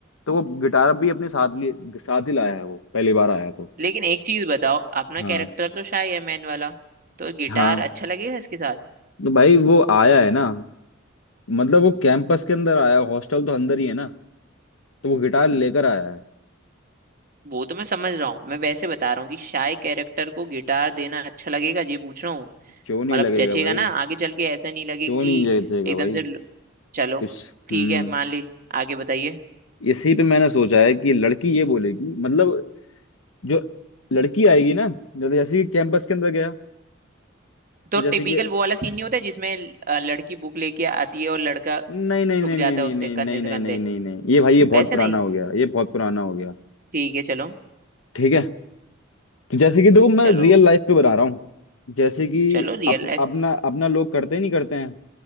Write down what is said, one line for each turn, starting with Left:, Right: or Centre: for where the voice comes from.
Left: तो वो गिटार भी अपने साथ लिए साथ ही लाया है वो पहली बार आया तो
Right: लेकिन एक चीज बताओ अपना
Left: हाँ
Right: कैरेक्टर तो शाय है मैन वाला तो गिटार
Left: हाँ
Right: अच्छा लगेगा इसके साथ
Left: तो भाई वो आया है ना मतलब वो कैंपस के अंदर आया हॉस्टल तो अंदर ही है ना तो वो गिटार लेकर आया है
Right: वो तो मैं समझ रहा हूँ मैं वैसे बता रहा हूँ कि शाय कैरेक्टर को गिटार देना अच्छा लगेगा ये पूछ रहा हूँ
Left: क्यों नहीं
Right: मतलब
Left: लगेगा
Right: जचेगा
Left: भाई
Right: ना आगे चल के ऐसा नहीं लगे
Left: क्यों
Right: कि
Left: नहीं लगेगा
Right: एकदम
Left: भाई
Right: से ल- चलो
Left: कुछ
Right: ठीक
Left: हम्म
Right: है मान ली आगे बताइए
Left: इसी पे मैंने सोचा है कि लड़की ये बोलेगी मतलब जो लड़की आएगी ना जैसे जैसे कि कैंपस के अंदर गया
Right: तो
Left: तो जैसे
Right: टिपिकल
Left: कि
Right: वो वाला सीन नहीं होता है जिसमें ल- अ, लड़की बुक लेके आती है और लड़का
Left: नहीं नहीं
Right: ठुक
Left: नहीं नहीं
Right: जाता
Left: नहीं
Right: है उससे
Left: नहीं
Right: कंधे
Left: नहीं
Right: से
Left: नहीं
Right: कंधे
Left: नहीं नहीं नहीं ये भाई ये
Right: वैसे
Left: बहुत पुराना
Right: नहीं
Left: हो गया ये बहुत पुराना हो गया
Right: ठीक है चलो
Left: ठीक है तो जैसे कि देखो मैं
Right: चलो
Left: रियल लाइफ पे बता रहा हूँ जैसे कि
Right: चलो रियल
Left: अप,
Right: लाइफ
Left: अपना अपना लोग करते नहीं करते हैं